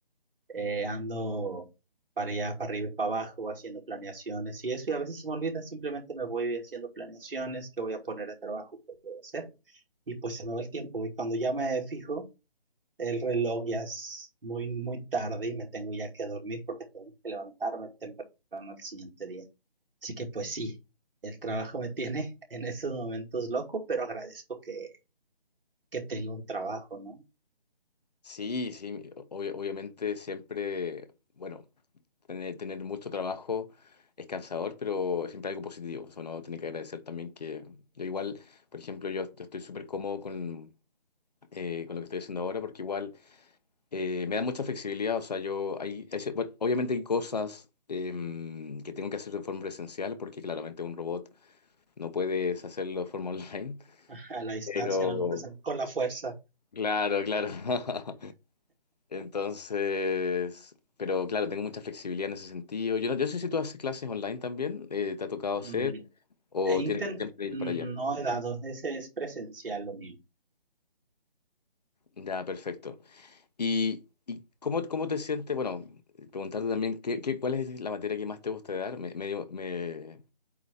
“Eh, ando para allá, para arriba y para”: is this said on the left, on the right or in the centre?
Right